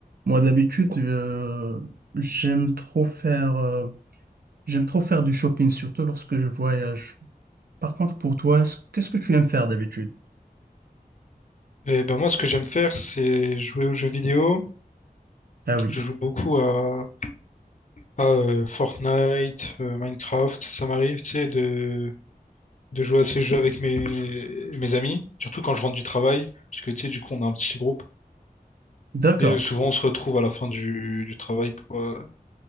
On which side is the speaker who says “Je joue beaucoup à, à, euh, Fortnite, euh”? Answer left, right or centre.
Left